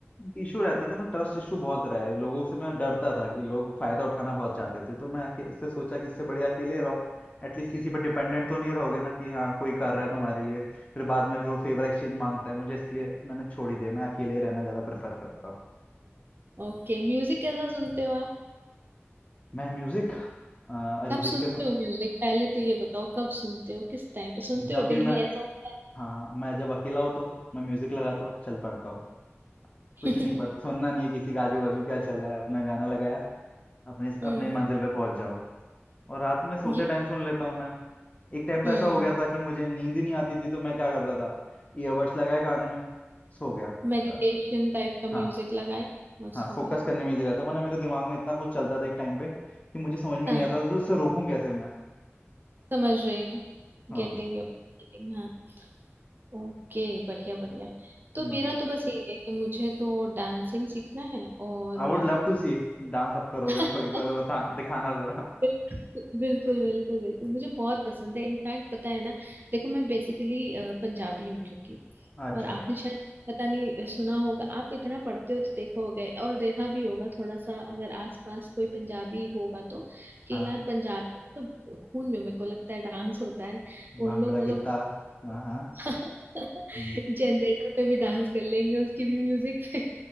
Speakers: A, on the left; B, on the right.
A: इशू रहता था ना ट्रस्ट इशू बहुत रहा है लोगों से मैं डरता था कि लोग फायदा उठाना बहुत चाहते थे तो मैं आके इससे सोचा कि इससे बढ़िया अकेले रहो एटलीस्ट किसी पर डिपेंडेंट तो नहीं रहोगे ना कि हाँ कोई कर रहा है तुम्हारे लिए फिर बाद में फिर वो फेवर एक्सचेंज मांगता है मुझे इसलिए मैंने छोड़ ही दिया मैं अकेले ही रहना ज्यादा प्रेफर करता हूँ
B: ओके म्यूजिक कैसा सुनते हो आप
A: मैं म्यूजिक अरिजीत
B: कब सुनते
A: के सुन-
B: हो म्यूजिक पहले तो ये बताओ कब सुनते हो किस टाइम पे सुनते
A: जब
B: हो
A: भी
B: डेली
A: मैं
B: ऐसा होता है
A: हाँ मैं जब अकेला होता हूँ मैं म्यूजिक लगाता हूँ चल पड़ता हूँ
B: <laughs>
A: कुछ नहीं पता सुनना नहीं है किसी का आजू बाजू क्या चल रहा है अपना गाना लगाया अपने
B: हम्म
A: अपने मंजिल पे पहुंच जाओ और रात में सोते
B: ये
A: टाइम सुन लेता हूँ मैं एक टाइम तो
B: हम्म
A: ऐसा हो गया था कि मुझे नींद ही नहीं आती थी तो मैं क्या करता था ईयरबड्स लगाए कान में सो गया
B: मेडिटेशन
A: ला-
B: टाइप का
A: हाँ
B: म्यूजिक लगाए बस
A: हाँ
B: हो
A: फोकस
B: गया
A: करने में इजी रहता है वरना मेरे दिमाग में इतना कुछ चलता था एक टाइम पे कि मुझे समझ में
B: हाँ
A: नहीं आता था तो उससे रोकूं कैसे मैं
B: समझ रही हूँ
A: हाँ
B: गेटिंग योर गेटिंग हाँ ओके बढ़िया बढ़िया तो
A: हम्म,
B: मेरा
A: जी
B: तो बस यही है कि मुझे तो डांसिंग सीखना है और
A: I would love to see Dance आप करोगे
B: <laughs>
A: तो एक बार बता दिखाना जरा
B: बिल्कुल बिल्कुल बिल्कुल मुझे बहुत पसंद है इनफैक्ट पता है ना देखो मैं बेसिकली पंजाबी हूँ क्योंकि
A: अच्छा
B: और आपने शायद पता नहीं अ, सुना होगा आप इतना पढ़ते हो तो देखो हो गए और देखा भी होगा थोड़ा सा अगर आसपास कोई पंजाबी होगा तो कि
A: हाँ
B: यार पंजाब में तो खून में मेरे को लगता है डांस होता है
A: भांगड़ा
B: उन लोग वो
A: गिद्दा
B: लोग
A: हाँ हाँ
B: <laughs>
A: हम्म,
B: जनरेटर पे भी डांस कर लेंगे उसकी भी म्यूजिक पे